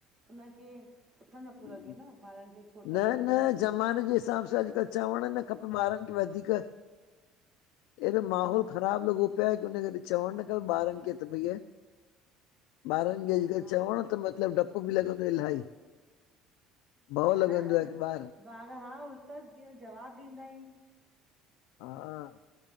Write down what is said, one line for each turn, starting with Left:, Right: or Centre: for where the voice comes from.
Right: हुनखे सुठो न
Left: आहे
Right: पियो लॻे न ॿारनि खे छो
Left: न
Right: त रोकियसीं।
Left: न ज़माने जे हिसाब सां आॼुकल चवणु न खपे ॿारनि खे वधीक अएॾो
Right: वई
Left: माहौल
Right: न
Left: ख़राबु लॻो पिया की हुनन करे चवणु न ख ॿारनि खे त भईया ॿारनि खे
Right: हा
Left: अॼुकल्ह चवण त मतिलबु डपु बि लॻंदो इलही भव लॻंदो
Right: न
Left: आहे की ॿार
Right: ॿार हा उल्टस जीअं जवाब ॾींदा आहिनि।
Left: हा